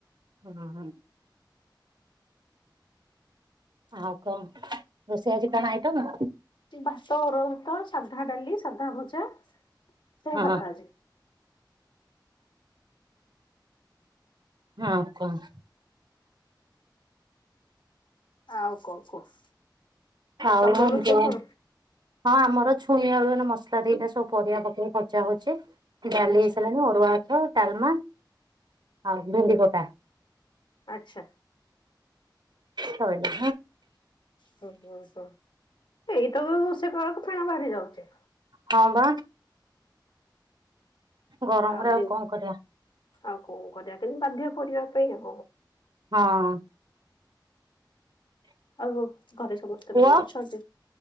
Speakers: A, on the right; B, on the left.
A: ହଁ ଆଉ କଣ ରୋଷେଇ ଆଜି କଣ ଆଇଟମ?
B: ଭାତ ଅରୁଆ ଭାତ ସାଧା ଡ଼ାଲି। ସାଧା ଭଜା ସବୁ
A: ହଁ
B: ସାଧା ଆଜି।
A: ହଁ କୁହ?
B: ଆଉ କଣ କୁହ?
A: ଥାଉ
B: ତମର
A: ଏମିତି
B: ରୋଷେଇ
A: ହଉ
B: କଣ
A: ହଁ ଆମ ର ଛୁଇଁ ଆଳୁଆ ମସଲା ଦେଇ ସବୁ ପରିବା ପକେଇ ଭଜା ହଉଚି, ଡାଲି
B: ଆଚ୍ଛା
A: ହେଇସାରାଣି ଅରୁଆ ଭାତ ଡାଲମା ଆଉ ଭେଣ୍ଡି ଖଟା।
B: ଆଛା
A: ସଇଲା।
B: ହଉ ହୋଉ। ଏଇତକ ରୋଷେଇ କଲା ବେଳକୁ ତ ଣ ବାହାରି ଯାଉଚି।
A: ହଁ ବା। ଗରମରେ
B: ଆଉ ଦିଅ
A: କଣ କରିବା
B: ଆଉ କଣ କରିବା କିନ୍ତ ବାଧ୍ୟ କରିବା ପାଇଁ।
A: ହଁ।
B: ଆଉ ଘରେ ସମସ୍ତେ
A: ପୁଅ
B: ଭଲ ଅଛନ୍ତି?